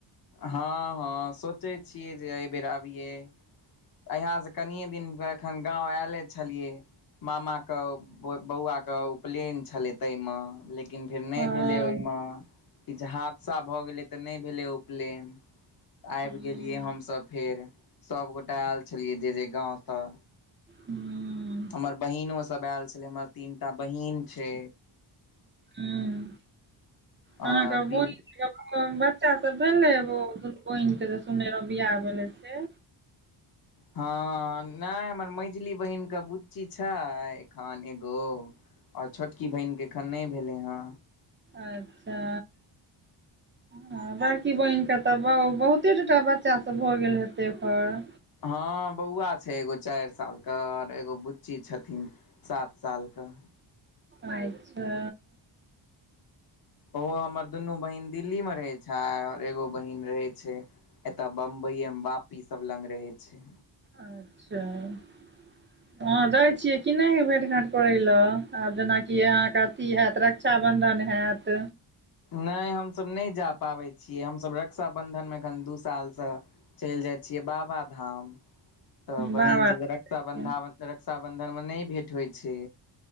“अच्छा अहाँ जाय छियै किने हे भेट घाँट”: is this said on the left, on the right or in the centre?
Right